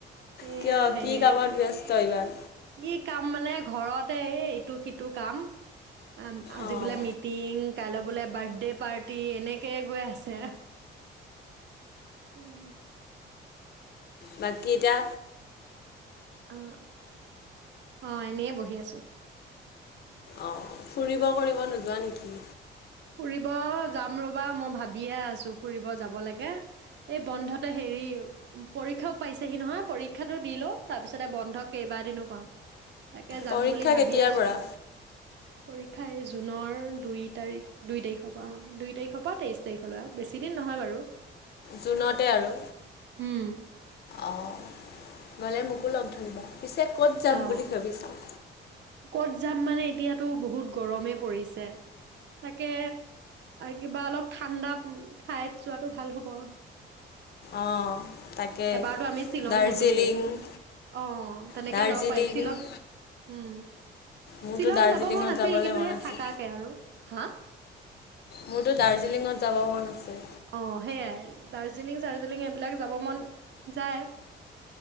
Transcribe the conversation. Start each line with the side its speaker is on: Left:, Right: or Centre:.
Right: এয়া
Left: কিয়
Right: সেই
Left: কি কামত ব্যস্ত ইমান
Right: কি কাম মানে ঘৰতে ইটো সিটো কাম আ আজি
Left: অঁ
Right: বোলে মিটিং কাইলৈ বোলে বাৰ্থডে পাৰ্টি এনেকৈয়ে গৈ আছে উম
Left: বাকীটা
Right: অ অ এনেই বহি বহি আছোঁ
Left: অ ফুৰিব কৰিব লৈছোঁ যোৱা নেকি
Right: ফুৰিব যাম ৰবা মই ভাবিয়ে আছো ফুৰিব যাব লাগে এই বন্ধতে হেৰি পৰীক্ষাও পাইছেহি নহয় পৰীক্ষাতটো দি লও তাৰ পিছতে বন্ধ কেইবাদিনো পাম তাকে যাম
Left: পৰীক্ষা
Right: বুলি ভাবি
Left: কেতিয়াৰ
Right: আছোঁ
Left: পৰা?
Right: পৰীক্ষাই জুনৰ দুই তাৰিখ দুই তাৰিখৰ পৰা দুই তাৰিখৰ পৰা তেইছ তাৰিখলৈ বেছি দিন নহয় বাৰু
Left: জুনতে আৰু
Right: উম
Left: অ' গ'লে মোকো লগ ধৰিবা পিছে ক'ত যাম
Right: অ
Left: বুলি ভাবিছা
Right: ক'ত যাম মানে এতিয়াতো বহুত গৰমে পৰিছে তাকে কিবা অলপ ঠাণ্ডা ঠাইত যোৱাটো ভাল হ'ব
Left: অঁ তাকে
Right: এবাৰতো আমি শ্বিলং
Left: দাৰ্জিলিং
Right: গলোয়ে অ তেনেকে
Left: দাৰ্জিলিং
Right: যাব পাৰি শ্বিলং উম
Left: মোৰতো
Right: শ্বিলং
Left: দাৰ্জিলিঙত
Right: যাব মন আাছিল
Left: যাবলৈ
Right: কিন্তু
Left: মন
Right: সেই
Left: আছে
Right: থাকাকে আৰু হা।
Left: মোৰটো দাৰ্জিলিঙত যাব মন আছে।
Right: অঁ সেয়াই দাৰ্জিলিং চাৰ্জিলিং এইবিলাক যাব মন যায়,